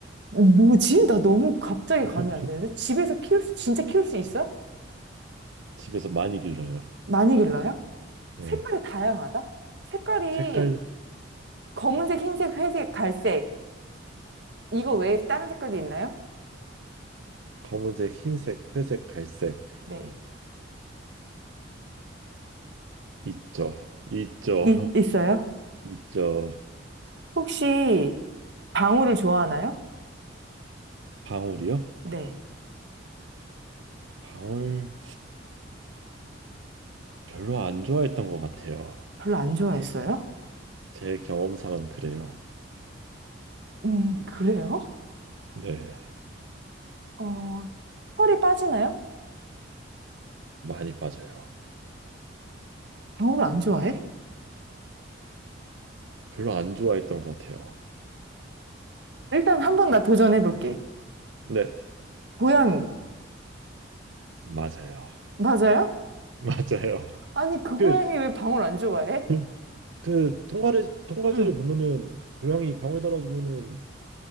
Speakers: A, on the right; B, on the right.
A: 뭐지? 나 너무 갑자기
B: <laughs>
A: 감이 안 되는데? 집에서 키울 수, 진짜 키울 수 있어?
B: 집에서 많이 길러요.
A: 많이 길러요?
B: 네.
A: 색깔이 다양하다? 색깔이
B: 색깔
A: 검은색, 흰색, 회색, 갈색. 이거 외에 다른 색깔도 있나요?
B: 검은색, 흰색, 회색, 갈색
A: 네.
B: 있죠. 있죠.
A: 이, 있어요?
B: <laughs> 있죠.
A: 혹시 방울이 좋아하나요?
B: 방울이요?
A: 네.
B: 방울 별로 안 좋아했던 것 같아요.
A: 별로 안 좋아했어요?
B: 제 경험상은 그래요.
A: 음, 그래요?
B: 네.
A: 어, 털이 빠지나요?
B: 많이 빠져요.
A: 방울을 안 좋아해?
B: 별로 안 좋아했던 것 같아요.
A: 일단 한 번 나 도전해볼게.
B: 네.
A: 고양이.
B: 맞아요.
A: 맞아요?
B: <laughs> 맞아요.
A: 아니, 그
B: 그,
A: 고양이 왜 방울 안 좋아해?
B: 그, 그 통과를 통과들이
A: 응.
B: 보면은 고양이 방울 달아주면은